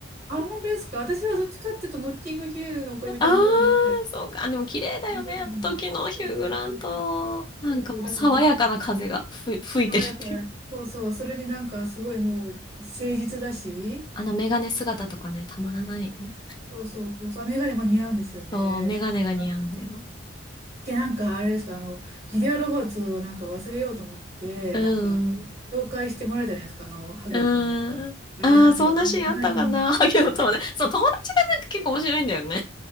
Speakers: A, on the right (about 35°); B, on the left (about 25°).
A: あ、本当ですか私はどっちかっていうと、ノッティングヒルの恋人の方が、
B: <laughs> あーそうか。
A: イ
B: でも綺麗だよね。
A: メージ、
B: あの時のヒュー・
A: そうそうそうそう、
B: グラント。なんかもう爽やかな風がふ吹いてるっていう。
A: そうそうだから僕、爽やかな、そうそう、それになんかすごいもう、誠実だし、
B: あのメガネ姿とかね、たまらないよね。
A: そうそうそう、そう、メガネも似合うんですよね。
B: そう、メガネが似合うんだよ。
A: で、なんか、でなんかあれですか、あの、ギデア・ロバーツをなんか忘れようと思って、
B: う
A: なんか、
B: ん。
A: 紹介してもらうじゃないですか、あの、ハゲの友達に。
B: うーん。
A: あれなんか、
B: ああ、そんなシーンあったかな。
A: 何
B: <laughs> ハゲの友達。そう、友達がなんか結構面白いんだよね。